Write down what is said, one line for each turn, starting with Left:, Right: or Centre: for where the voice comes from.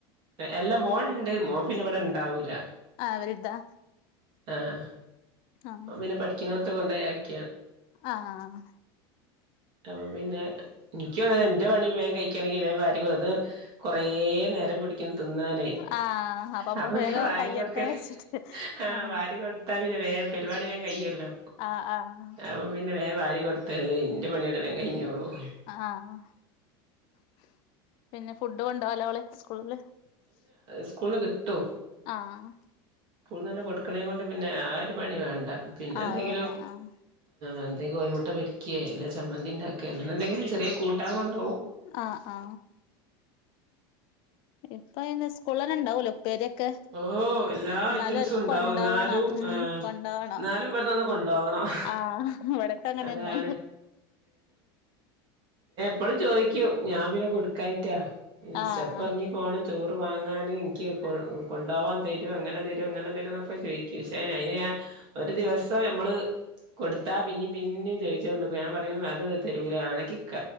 Right: അല്ലാ മോൻണ്ട് മോൻ പിന്നെ ഇവിടെണ്ടാവൂല
Left: ആ അവരിതാ
Right: ആഹ്
Left: ആഹ്
Right: അവൻ പിന്നെ പഠിക്കുന്നോടത്ത് കൊണ്ടൊയാക്ക്
Left: ആഹ്
Right: അപ്പം പിന്നെ എനിക്ക് ങ്ങനെ എന്റെ പണി വേൻ കഴിക്കണെങ്കിൽ വേൻ വാരികൊട്ത് കുറേ നേരം പിടിക്കും തിന്നാൻ
Left: ആഹ് നമ്മള്
Right: അപ്പൊ പിന്നെ
Left: വേഗം
Right: വാരി
Left: കയ്യട്ടെ
Right: കൊടുക്കല്
Left: വിചാരിച്ചിട്ട്
Right: ഹാ
Left: ആഹ്
Right: വാരി കൊടുത്ത പിന്നെ വേം പരിപാടി വേം കയ്യല്ലോ
Left: ആഹ് ആഹ്
Right: അപ്പ പിന്നെ വേം വാരി കൊടു ത്ത എന്റെ പണിയങ്ങട് വേം കഴിഞ്ഞോളും
Left: ആഹ് <inaudible>
Right: സ്കൂളിൽ കിട്ടും
Left: ആഹ്
Right: നന്നെ കൊടുക്കണേ കൊണ്ട് പിന്നെ ആ ഒരു പണി വേണ്ട പിന്നെ
Left: ആഹ്
Right: എന്തെങ്കിലും
Left: അത് വേണ്ട ആഹ്
Right: ഒന്നങ്കി കോയിമുട്ട പൊരിക്കേ അല്ലെ ചമ്മന്തിണ്ടാക്കേ അങ്ങനെന്തെങ്കിലും ചെറിയ കൂട്ടാൻ കൊണ്ട്
Left: ആ ആ ഇപ്പം പിന്നെ സ്കൂൾ തന്നെ ഉണ്ടാവല്ലോ ഉപ്പേരിയൊക്കെ
Right: ഓ എല്ലാ
Left: എന്നാലും
Right: ഐറ്റംസും
Left: അവർക്ക്
Right: ഉണ്ടാവും
Left: കൊണ്ടാവണം
Right: എന്നാലും
Left: ഉം
Right: ആഹ്
Left: കൊണ്ടാവണം
Right: എന്നാലും ഇവിടന്നൊന്ന് കൊണ്ടോവണം
Left: ആഹ് വടക്കെ അങ്ങനെന്നെ
Right: അതാണ് പ്പളും ചോയ്ക്കും ഞാം പിന്നെ കൊട്ക്കായിട്ടാ ഇൻ
Left: ആഹ്
Right: സ്റ്റെപ്പെർങ്ങി പോണം ചോറ് വാങ്ങാന് എനിക്ക് <unintelligible> കൊണ്ടോവാൻ തെരോ അങ്ങനെ തെരോ ഇങ്ങനെ തെരോ ന്നൊക്കെ ചോയ്ക്കും പക്ഷെ അയ്ന് ഞാൻ ഒരു ദിവസം അമ്മള് കൊട്ത്താ പിന്നിം പിന്നിം ചോയിച്ചോണ്ട്ക്കും ഞാം പറിം അത് തെരൂല വേണെങ്കി ക